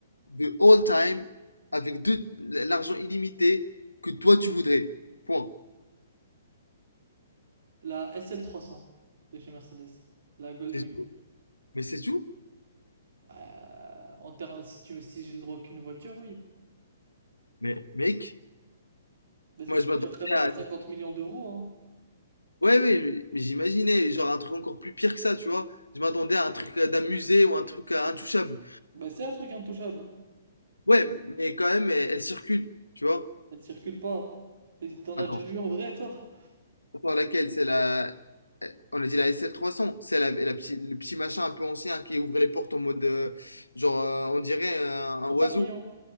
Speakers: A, on the left; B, on the right.
A: de all time avec de l'argent illimité que toi tu voudrais. Point.
B: La sl cents de chez Mercedes. La Goldwing.
A: C'est tout. Mais c'est tout?
B: Bah, en termes, si tu, si j'ai le droit qu'une voiture, oui.
A: Mais mec,
B: Bah, c'est
A: moi
B: une
A: je
B: voiture
A: m'attendais
B: quand même
A: à.
B: à 50 millions d'euros, hein.
A: Ouais, ouais, mais mais j'imaginais, genre un truc encore plus pire que ça, tu vois. Je m'attendais à un truc euh, d'un musée ou un truc euh, intouchable.
B: Bah, c'est un truc intouchable.
A: Ouais, mais quand même, elle, elle circule, tu vois.
B: Elle circule pas. T'en
A: Attends,
B: as déjà vu en vrai, toi?
A: attends, laquelle? C'est la. eh, On a dit la sl cents, C'est la, la petit- le petit machin un peu ancien qui ouvrait les portes en mode. euh, genre, euh, on dirait un, un
B: En
A: oiseau.
B: papillon,